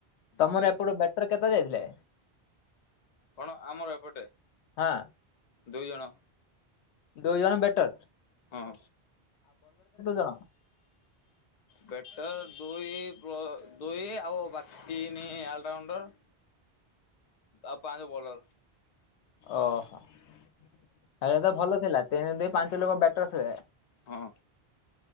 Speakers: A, on the left (about 85°); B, on the left (about 55°).
A: ତମର
B: ଦୁଇ
A: ଏପଟୁ ବ୍ୟାଟର୍ କେତେ ଯାଇଥିଲେ?
B: କଣ ଆମର ଏପଟେ?
A: ହଁ
B: ଦୁଇ ଜଣ।
A: ଦୁଇ ଜଣ ବେଟର।
B: ହଁ,
A: ଜଣ?
B: ବ୍ୟାଟ ଦ ଦୁଇ ପ୍ଲ ଦୁଇ ଆଉ ବାକି ତିନି ଆଲରାଉଣ୍ଡର ଆଉ ପାଞ୍ଚ ବୋଲର୍।
A: ଓହଃ, ତାହାଲେ ତ ଭଲ ଥିଲା ତିନି ଦିଇ ପାଞ୍ଚ ଲୋକ ବ୍ୟାଟର୍ ଥିଲେ
B: ହଁ।